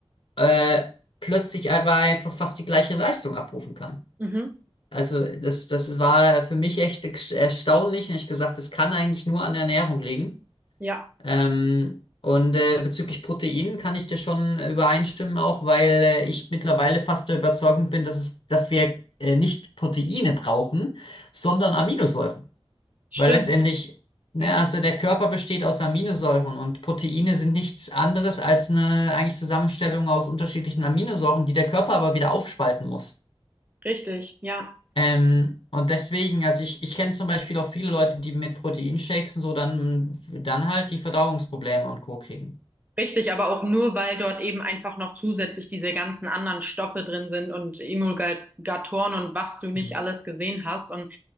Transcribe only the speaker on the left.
äh, plötzlich aber einfach fast die gleiche Leistung abrufen kann?
Also das, das war für mich echt ex- erstaunlich. Und ich gesagt, das kann eigentlich nur an der Ernährung liegen.
Ähm, und äh, bezüglich Proteinen kann ich dir schon übereinstimmen, auch weil äh, ich mittlerweile fast der Überzeugung bin, dass es, dass wir äh, nicht Proteine brauchen, sondern Aminosäuren.
Weil letztendlich, ne,
also der Körper besteht aus Aminosäuren und Proteine sind nichts anderes als eine eigentlich Zusammenstellung aus unterschiedlichen Aminosäuren, die der Körper aber wieder aufspalten muss.
Ähm, und deswegen, also ich, ich kenne zum Beispiel auch viele Leute, die mit Proteinshakes und so dann, dann halt die Verdauungsprobleme und Co. kriegen.
Hm,